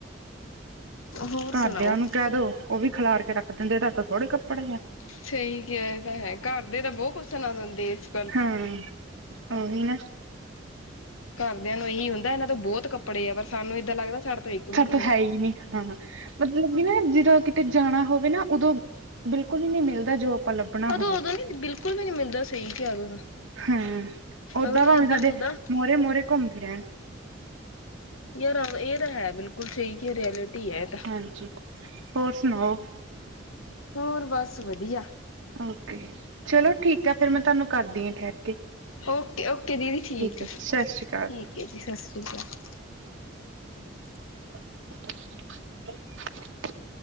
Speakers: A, on the left (about 85°); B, on the right (about 75°).
A: ਹੋਰ
B: ਘਾਰਦੇਆ
A: ਸੁਣਾਓ
B: ਨੂੰ ਕੇਹ ਦੋ ਉਹ ਵੀ ਖਿਲਾਰ ਕੇ ਰੱਖ ਦਿੰਦੇ ਏ ਤਾਡੇ ਕੋਲ ਥੋੜੇ ਕੱਪੜੇ ਐ।
A: ਸਈ ਕੇਆ ਏਹ ਤਾ ਹੈ, ਕਾਰ ਦੇ ਤਾ ਬੋਹ ਕੁੱਸ ਸੁਣਾ ਦਿੰਦੇ ਏਸ
B: ਹਾਂ ਓਹੀ ਨਾ।
A: ਘਾਰਦੇਆ ਨੂੰ ਏਹੀ ਹੁੰਦਾ ਏਹਨਾਂ ਤੋ ਬੋਹਤ ਕੱਪੜੇ ਏ, ਪਰ ਸਾਨੂੰ ਏਦਾ ਲੱਗਦਾ ਸਾਡੇ ਤੋਂ ਇੱਕ ਵੀ ਨੀ
B: ਤਾਂ
A: ਏ।
B: ਹੈ ਹੀ ਹਾਂ। ਮਤਲਬ ਕਿ ਨਾ ਜਿਦੋ ਕਿਤੇ ਜਾਣਾ ਹੋਵੇ ਨਾ, ਓਦੋ ਬਿਲਕੁਲ ਈ ਨੀ ਮਿਲਦਾ ਜੋ ਆਪਾ ਲੱਭਣਾ
A: ਉਦੋਂ
B: ਹੋਵੇ।
A: ਉਦੋਂ ਨੀ ਬਿਲਕੁਲ ਵੀ ਨੀ ਮਿਲਦਾ ਸਹੀ ਕਿਹਾ ਉਦੋਂ ਤਾਂ
B: ਹਮ, ਓਦਾ
A: ਉਦੋਂ
B: ਭਾਵੇ
A: ਤਾਂ ਏਦਾਂ
B: ਸਾਡੇ
A: ਹੁੰਦਾ
B: ਮੋਹਰੇ-ਮੋਹਰੇ ਘੁੰਮਦੇ ਰੇਹਣ।
A: ਯਾਰ ਆ ਏਹ ਦਾ ਹੈ ਬਿਲਕੁਲ ਸਈ ਕੇਆ, ਰਿਐਲਿਟੀ ਏ ਤਾ।
B: ਹਾਂਜੀ, ਹੋਰ ਸੁਣਾਓ?
A: ਹੋਰ ਬਸ ਵਧੀਆ।
B: ਓਕੇ, ਚਲੋ ਠੀਕ ਆ, ਫਿਰ ਮੈ ਤੁਆਨੂੰ ਕਰਦੀ ਆ ਠੇਹਰ ਕੇ।
A: ਓਕੇ-ਓਕੇ ਦੀਦੀ ਠੀਕ
B: ਹੈ
A: ਆ, ਠੀਕ
B: ਸਤਿ ਸ਼੍ਰੀ ਅਕਾਲ
A: ਏ ਜੀ ਸਤਿ ਸ਼੍ਰੀ ਅਕਾ
B: <inaudible>